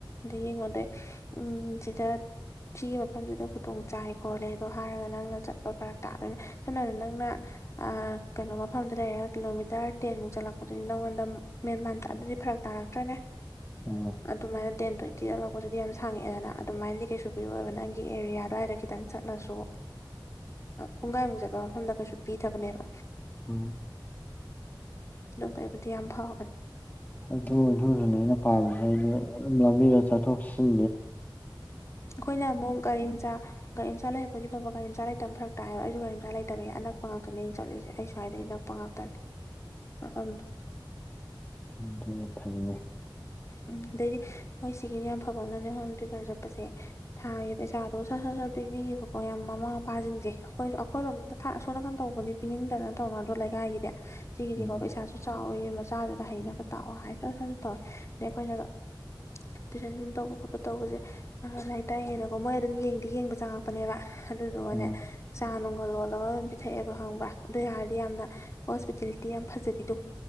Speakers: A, on the left (about 35°); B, on the left (about 20°).
A: ꯗ ꯃꯗ ꯎꯝ ꯁꯤꯖ ꯁꯤꯒꯤ ꯃꯐꯝꯁꯤꯗ ꯈꯨꯗꯣꯡ ꯆꯥꯏ ꯈꯣꯠꯂꯦ ꯑꯗꯣ ꯍꯥꯏꯔꯒ ꯅꯪꯅ ꯆꯠꯄ ꯐꯔꯛ ꯇꯥꯗꯣꯏꯅꯦ ꯁꯝꯅꯗ ꯅꯪꯅ ꯑ ꯀꯩꯅꯣ ꯃꯐꯝꯗ ꯂꯩꯔꯒ ꯀꯤꯂꯣꯃꯤꯇꯔ ꯇꯦꯟꯃꯨꯛ ꯆꯠꯂꯛꯄ ꯑꯗꯨꯗꯒꯤ ꯅꯪꯉꯣꯟꯗ ꯃꯦꯟ ꯃꯥꯟ ꯑꯗꯨꯗꯤ ꯐꯔꯛ ꯇꯥꯔꯛꯇ꯭ꯔꯦꯅꯦ
B: ꯎꯝ
A: ꯑꯗꯨꯃꯥꯏꯅ ꯇꯦꯟ ꯇ꯭ꯋꯦꯟꯇꯤꯗ ꯂꯄꯁꯤꯗꯤ ꯌꯥꯝ ꯁꯪꯉꯛꯦꯗꯅ ꯑꯗꯨꯃꯥꯏꯅꯗꯤ ꯀꯩꯁꯨ ꯄꯤꯔꯑꯣꯕꯅ ꯅꯪꯒꯤ ꯑꯦꯔꯤꯌꯥ ꯑꯗꯨꯋꯥꯏꯗ ꯈꯤꯇꯪ ꯆꯠꯂꯁꯨ ꯄꯨꯡꯒꯥꯏꯃꯨꯛ ꯆꯠꯄ ꯃꯐꯝꯗ ꯀꯩꯁꯨ ꯄꯤꯗꯕꯅꯦꯕ
B: ꯎ
A: ꯑꯗꯨꯕꯩꯕꯨꯗꯤ ꯌꯥꯝ ꯐꯥꯎꯕꯅꯦ
B: ꯑꯗꯨ ꯑꯗꯨꯁꯨꯅꯦ ꯑꯩꯅ ꯄꯥꯝꯃꯤꯁꯗꯤ ꯂꯝꯕꯤꯗ ꯆꯠꯊꯣꯛꯟ
A: ꯑꯩꯈꯣꯏꯅ ꯑꯃꯨꯛ ꯀꯔꯤꯝꯆꯥ ꯒꯥꯔꯤ ꯑꯃꯆꯥ ꯆ ꯂꯩ ꯍꯄꯗꯤ ꯐꯕ ꯒꯥꯔꯤꯆꯥ ꯂꯩꯇꯕ ꯐꯛ ꯇꯥꯏꯑꯕ ꯑꯩꯁꯨ ꯒꯥꯔꯤꯆꯥ ꯂꯩꯇꯕꯒꯤ ꯑꯅꯛ ꯉꯥꯛꯇꯅꯦꯅꯤ ꯆꯠꯂꯤꯁꯦ ꯑꯩ ꯁ꯭ꯏꯗꯒꯤ ꯄꯉꯇꯦ ꯑ
B: ꯑꯗꯨ ꯐꯪꯅꯦ
A: ꯎꯝ ꯑꯗꯩꯗꯤ ꯃꯣꯏ ꯁꯤꯒꯤꯅꯦ ꯌꯥꯝ ꯐꯕ ꯑꯃꯅꯅꯦ ꯍꯣꯝ ꯇꯌꯨꯇꯔ ꯆꯠꯄꯁꯦ ꯊꯥꯒꯦ ꯄꯩꯁꯥꯗꯣ ꯁꯠ ꯁ ꯁꯠ ꯄꯤꯕꯤꯌꯦꯕꯀꯣ ꯌꯥꯝ ꯃꯃꯥ ꯃꯄꯥꯁꯤꯡꯁꯦ ꯑꯩꯈꯣꯏ ꯑꯩꯈꯣꯏꯔꯣꯝꯗ ꯊꯥꯛ ꯑꯁꯣꯅꯥꯀꯟ ꯇꯧꯕꯗꯤ ꯄꯤꯅꯤꯡꯗꯅ ꯇꯧꯅꯗ꯭ꯔꯣ ꯂꯩꯀꯥꯏꯒꯤꯗꯤ ꯁꯤꯒꯤꯁꯤꯀꯣ
B: ꯎꯝ
A: ꯄꯩꯁꯥꯁꯨ ꯆꯥꯎꯋꯤ ꯃꯆꯥꯗꯨꯗ ꯍꯩꯅꯕ ꯇꯥꯛꯑꯣ ꯍꯥꯏꯔ ꯇꯧꯋꯦ ꯑꯗꯩ ꯑꯩꯈꯣꯏꯅꯒ ꯇꯨꯏꯁꯟ ꯁꯨꯝ ꯇꯧꯕ ꯈꯣꯠꯄ ꯇꯧꯕꯁꯦ ꯑ ꯂꯥꯏꯔꯤꯛ ꯇꯥꯏꯏꯉꯩꯗꯀꯣ ꯃꯣꯏ ꯑꯗꯨꯝ ꯌꯦꯡꯗꯤ ꯌꯦꯡꯕ ꯆꯪꯉꯛꯄꯅꯦꯕ ꯑꯗꯨꯗꯨꯒꯅꯦ
B: ꯎꯝ
A: ꯆꯥ ꯅꯨꯡꯒ ꯂꯣꯜꯂꯒ ꯑꯗꯨꯝ ꯄꯤꯊꯛꯑꯦꯕ ꯈꯪꯕ꯭ꯔꯥ ꯑꯗꯨ ꯑꯣꯏ ꯌꯥꯔꯗꯤ ꯌꯥꯝꯅ ꯍꯣꯁꯄꯤꯇꯦꯂꯤꯇꯤ ꯌꯥꯝ ꯐꯖꯕꯤꯗꯣ